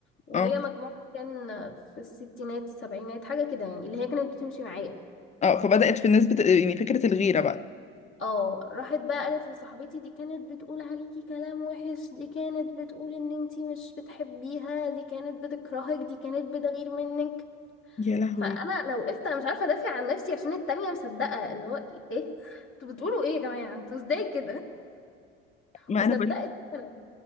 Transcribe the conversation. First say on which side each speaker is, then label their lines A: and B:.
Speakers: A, on the left; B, on the left.
A: وهي
B: اه
A: مجموعها كان في الستينات السبعينات حاجة كده يعني اللي هي كانت بتمشي معايا
B: اه فبدأت في الناس بت... يعني فكرة الغيرة بقى
A: اه راحت بقى قالت لصاحبتي دي كانت بتقول عليكي كلام وحش دي كانت بتقول ان انتي مش بتحبيها دي كانت بتكرهك دي كانت بتغير منك
B: يا لهوي
A: فانا انا وقفت انا مش عارفه ادافع عن نفسي عشان التانية مصدقه اللي هو ايه إيه؟ انتوا بتقولوا ايه يا جماعه انتوا ازاي كده
B: ما
A: وصدقت
B: انا بقول
A: فعلا